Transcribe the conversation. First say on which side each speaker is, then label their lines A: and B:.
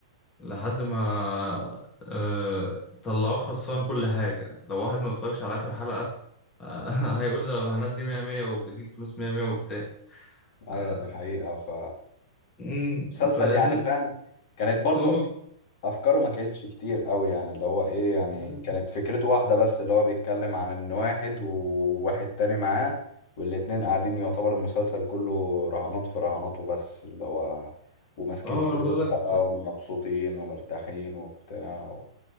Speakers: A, on the left (about 20°); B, on the left (about 45°).
A: لحد ما آه... طلعوه خسران كل حاجه لو واحد ما اتفرجش على اخر حلقه آه... <laughs> هيقول الرهانات دي 100 100 وبتجيب فلوس 100 100 وبتاع
B: ايوه
A: آه،
B: دي حقيقة ف
A: مم،
B: مسلسل
A: فدي
B: يعني فاهم كانت برضو
A: التصامك
B: افكاره ما كانتش كتير قوي يعني اللي هو ايه يعني
A: مم،
B: كانت فكرته واحده بس اللي هو بيتكلم عن ان واحد وواحد تاني معاه والاتنين قاعدين يعتبر المسلسل كله رهانات في رهانات وبس اللي هو وماسكين
A: اه
B: فلوس
A: ما انا بقول لك
B: بقى ومبسوطين ومرتاحين وبتاع